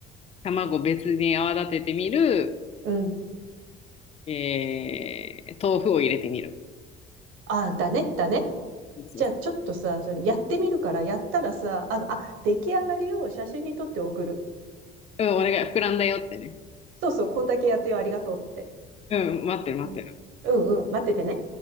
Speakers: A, on the left; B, on the right.
A: 卵別に泡立ててみる、
B: うん。
A: えー、豆腐を入れてみる。
B: ああ、だね、だね。
A: そうそうそ
B: じゃあ、ちょっとさ、それやってみるから、やったらさ、あの、あ、出来上がりを写真に撮って送る。
A: う。うん、お願い、膨らんだよってね。
B: そうそう、こんだけやってよ、ありがとうって。
A: うん、待ってる待ってる。
B: うん。うんうん、待っててね。